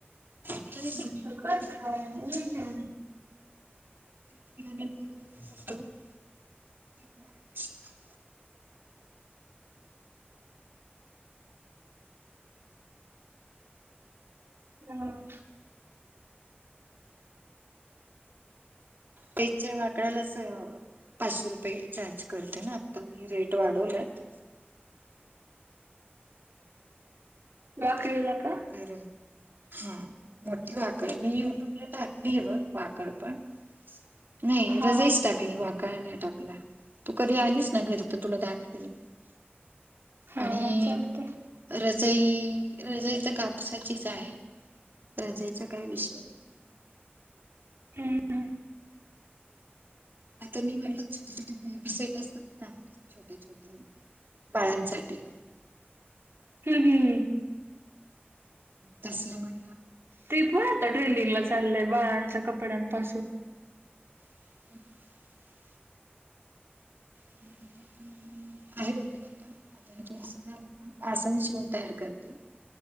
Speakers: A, on the right; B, on the right.
A: तिला मी सुट्टीत
B: मग कर
A: बोलत होते ग सुट्टीत
B: ट्राय <unintelligible>
A: <inaudible> <inaudible>
B: <inaudible>
A: पच्या वाकडालाच पाचशे रुपये चार्ज करते ना आता मी रेट वाढवलेत.
B: वाकळीला का?
A: बर हा मोठी वाकड आहे मी युट्यूबला टाकती आहे बघ वाकड पण. नाही
B: हा
A: रजाईच
B: हा
A: टाकली वा का नाही टाकला तू कधी आलीस ना घरी तर तुला दाखवील.
B: हा
A: आणि
B: चालतंय
A: रजई रजई तर कापसाचीच आहे. रजायचा काय विषय नाही
B: हम्म
A: आता मी म्हटल छोटे छोटे बेबी सेट असतात ना छोट्या छोट्या बाळांसाठी.
B: ह्ं हं
A: तसलं म्हण.
B: ते पण आता ट्रेंडिंगला चाललंय बाळांच्या कपड्यांपासून.
A: <inaudible> <inaudible> आहे डॉक्टर आता आता हे थोडसं झालं ना आसाने शिवण तयार करते.